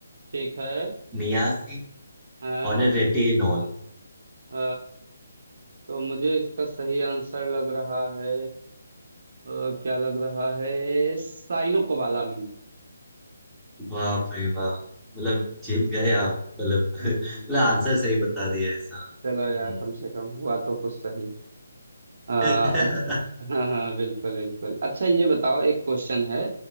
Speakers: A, on the right (about 55°); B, in the centre.
A: ठीक है
B: नियासिन
A: हाँ
B: और रेटिनॉल
A: अ, तो मुझे इसका सही आंसर लग रहा है अ, क्या लग रहा है साइनो कोबालामिन
B: वाह भाई वाह मतलब जीत गए आप मतलब <laughs>
A: हम्म
B: मतलब आंसर सही बता दिया ऐसा हम्म।
A: चलो यार कम से कम हुआ तो कुछ सही आ,
B: <laughs>
A: अच्छा हाँ हाँ बिल्कुल बिल्कुल अच्छा ये बताओ एक क्वेश्चन है